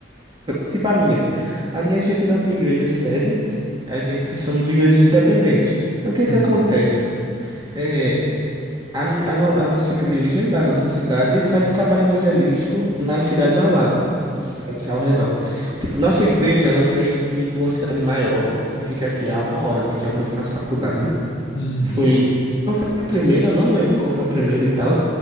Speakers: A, on the right; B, on the left.
A: Tipo a minha. A minha gente não tem igreja sede, a gente somos igrejas independentes. É O que
B: Uhum,
A: que acontece? É, a, mi- a no- a nossa igreja da nossa cidade faz trabalho evangelístico nas cidades ao lado, nas cidades ao redor.
B: correto.
A: Tipo, nossa igreja, ela vem de uma cidade maior, que fica aqui a uma hora daqui onde eu faço faculdade.
B: Uhum.
A: Foi. Não foi a primeira, eu não lembro qual foi a primeira e tal,